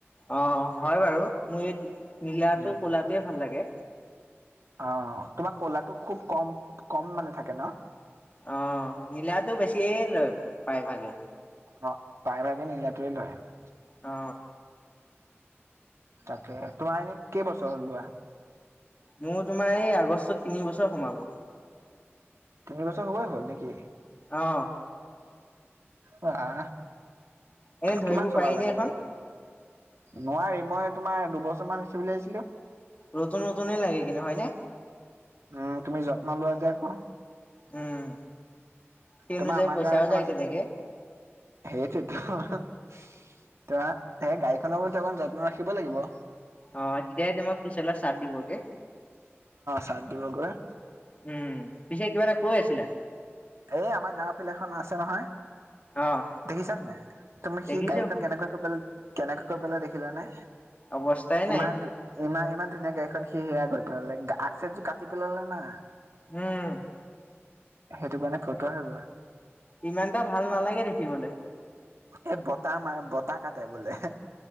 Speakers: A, on the left; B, on the right.
A: অ হয় বাৰু। মোৰ এই নীলাটো
B: উম।
A: ক'লাটোৱে ভাল লাগে।
B: অ, তোমাক ক'লাটো খুব কম, কম মানে থাকে ন?
A: অ নীলাটো বেছিয়ে লয় প্ৰায় ভাগে।
B: অ প্ৰায় ভাগে নীলাটোৱে লয়।
A: অ।
B: তাকে, তোমাৰ এনেই কেইবছৰ হ'ল লোৱা?
A: মোৰ তোমাৰ এই আগষ্টত তিনি বছৰ সোমাব।
B: তিনি বছৰ হ'বই হ'ল নেকি?
A: অ।
B: বাহ,
A: এনে ধৰিব
B: কিমান চলালা
A: পাৰি নে
B: আকৌ
A: এখন
B: গাড়ী? নোৱাৰি, মই তোমাৰ দুবছৰমান হৈছে বুলি ভাবিছিলো।
A: নতুন নতুনে লাগে কিন্তু হয়নে?
B: উম তুমি যত্ন লোৱা যে আকৌ।
A: উম। সেই
B: তোমাৰ
A: অনুযায়ী
B: আমাৰ
A: পইচাও
B: গাঁৱত এখন
A: যায়
B: আছে
A: তেনেকে
B: দে, সেইটোৱেটো। <unintelligible> সেই গাড়ীখনৰ প্ৰতি অকমান যত্ন ৰাখিব লাগিব। আ
A: অ', তেতিয়াই তোমাক পিছলে চাথ দিবগে
B: চাইড দিবগৈ।
A: হুম, পিছে কিবা এটা কৈ আছিলা।
B: এই আমাৰ গাঁৱৰ ফালে এখন আছে নহয়।
A: অ',
B: দেখিছানে নাই তুমি
A: দেখিছো
B: সি গাড়ীখন কেনেকুৱাকৈ <unintelligible> কেনেকে কৈ পেলালে দেখিলা নে
A: অৱস্থাই নাই
B: ইমানটো ইমান ইমান ধুনীয়া গাড়ীখন সি সেয়া কৰি পেলালে, আগ চিটটো কাটি পেলালে না।
A: হুম।
B: সেইটো কাৰণে ফটো <unintelligible>
A: ইমানটা ভাল নালাগে দেখিবলে।
B: এই বতাহ মাৰে বতাহ কাটে বোলে।